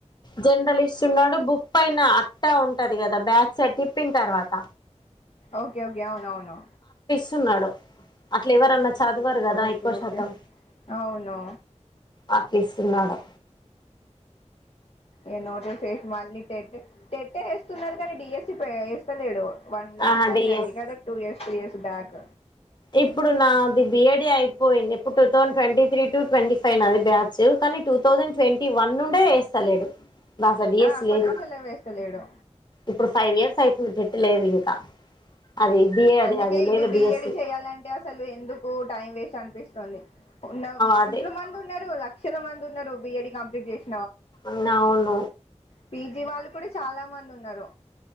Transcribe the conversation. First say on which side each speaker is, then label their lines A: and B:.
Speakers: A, on the left; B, on the left.
A: జనరలిస్ట్ ఉన్నాడు బుక్ పైన అట్టా ఉంటది కదా బ్యాక్ సైట్ ప్పిన్ తర్వాత
B: ఓకే ఓకే అవునవును
A: కూచున్నాడు అట్లా ఎవరన్నా చదివరు కదా
B: ఓకే
A: ఎక్కువ
B: ఓకే
A: శాతం
B: అవును
A: ఆకస్తున్నాడు
B: ఏ నోట చేసి మళ్ళీ టెట్ టెట్టే వేస్తున్నారు కానీ డిఎస్స వేస్తలేడు వన్ లాస్ట్
A: ఆహా
B: టైమ్
A: డిఎస్
B: అయింది కదా two years three years back
A: ఇప్పుడు నాది బిఏడి అయిపోయింది ఇప్పుడు two thousand twenty three to twenty five నా అది బ్యాచ్ కానీ టూ థౌజండ్ ట్వంటీ వన్ నుండే వేస్తలేడు అసల డిఎస్
B: ఆ, అప్పటి
A: లేదు
B: నుంచి అలా వేస్తలేడు
A: ఇప్పుడు ఫైవ్ ఇయర్స్ అయితుంది పెట్టు లేవు ఇంకా అది బిఏ అది
B: అందుకే
A: అది లేదు
B: ఇవి బిఏడి
A: డిఎస్సి
B: చెయాలంటే అసలు ఎందుకు టైం వేస్ట్ అనిపిస్తుంది ఉన్న
A: అదే
B: ఫుల్ల మంది ఉన్నారు లక్షల మంది ఉన్నారు బిఈడి కంప్లీట్ చేసి
A: అవును
B: పీజీ వాళ్ళు కూడా చాలా మంది ఉన్నారు